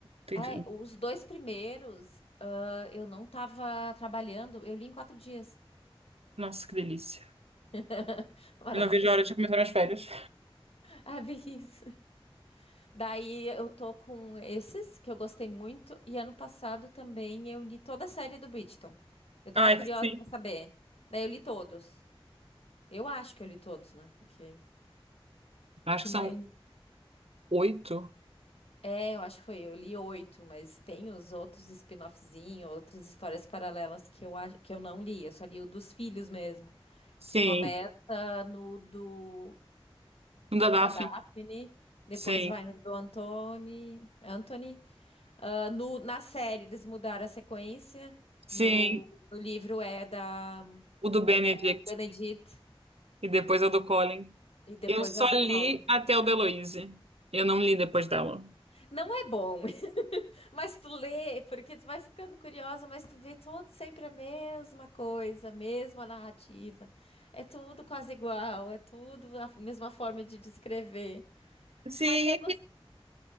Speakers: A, on the right; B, on the left.
A: Tem
B: É,
A: que-
B: os dois primeiros, ah, eu não tava trabalhando, eu li em quatro dias.
A: Nossa, que delícia.
B: <laughs> Maravilhoso.
A: Eu não vejo a hora de começar minhas férias.
B: Ah, bem isso. Daí eu tô com esses que eu gostei muito e ano passado também eu li toda a série do Bridgerton. Eu tava
A: Ai,
B: curiosa
A: sim.
B: pra saber. Daí eu li todos. Eu acho que eu li todos, né? Porque
A: Acho
B: que
A: que
B: mais?
A: são oito.
B: É, eu acho que foi. Eu li oito, mas tem os outros spin-offzinhos, outras histórias paralelas que eu acho que eu não li. Eu só li o dos filhos mesmo,
A: Sim.
B: que começa no do
A: Um da Daphne.
B: da Daphne, depois
A: Sim.
B: vai no do Anthony Anthony. Ah, no, na série eles mudaram a sequência.
A: Sim.
B: No, no livro é da
A: O do Benedict.
B: é do Benedict
A: E depois é o do Colin.
B: e depois
A: Eu só
B: é o do
A: li
B: Colin.
A: até o da Heloise. Eu não li depois dela.
B: Não é bom, <laughs> mas tu lê porque tu vai ficando curiosa, mas tu vê todo sempre a mesma coisa, a mesma narrativa. É tudo quase igual, é tudo a mesma forma de descrever.
A: Sim,
B: Mas é gos-